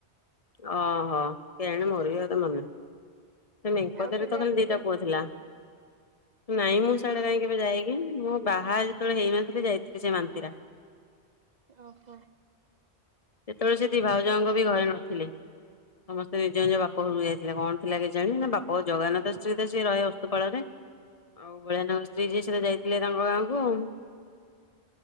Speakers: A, on the left (about 35°); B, on the right (about 40°).
A: ଅ ହୋ କେଜାଣି ମୋର ବି ଆଉ ଏତେ ମନେ ନାହିଁ। ସେ ମେଙ୍କ
B: ଆଉ
A: ଦେଇ
B: କେବେ
A: ର କଣ
B: ଆସିବେ
A: ଦିଟା ପୁଅ ଥିଲା। ନାଇଁ ମୁଁ ସିଆଡେ
B: ହଁ
A: କାଇଁ କେବେ
B: ହଁ
A: ଯାଇକି ମୁଁ ବାହା ଯେତେବେଳେ ହେଇନଥିଲି ଯାଇଥିଲି ସେ ମାନ୍ତିରା
B: ଓହୋ
A: ସେତେବେଳେ ସେ ଦି ଭାଉଜଙ୍କ ବି ଘରେ ନଥିଲେ। ସମସ୍ତେ ନିଜ ନିଜ ବାପ ଘରୁକୁ ଯାଇଥିଲେ କଣ ଥିଲା କେଜାଣି ନା ବାପ ଜଗନ୍ ନା ତା ସ୍ତ୍ରୀ ତ ସେଇ ରହେ ଅସ୍ତପାଳରେ। ଆଉ ବଳିଆ ନା ସ୍ତ୍ରୀ ଯିଏ ସିଏ ତ ଯାଇଥିଲେ ତାଙ୍କ ଗାଁ କୁ ଆଉ